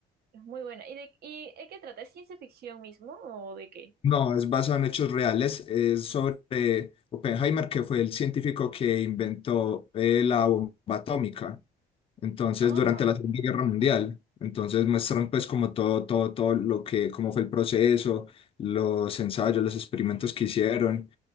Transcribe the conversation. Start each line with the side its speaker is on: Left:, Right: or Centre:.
Right: Es muy buena. ¿Y de, y de qué trata? ¿Es ciencia ficción mismo o de qué?
Left: No, es basado en hechos reales. Es sobre Oppenheimer, que fue el científico que inventó eh, la bomba atómica. Entonces,
Right: Ah,
Left: durante la Segunda Guerra Mundial. Entonces, muestran pues como todo, todo, todo lo que, cómo fue el proceso, los ensayos, los experimentos que hicieron.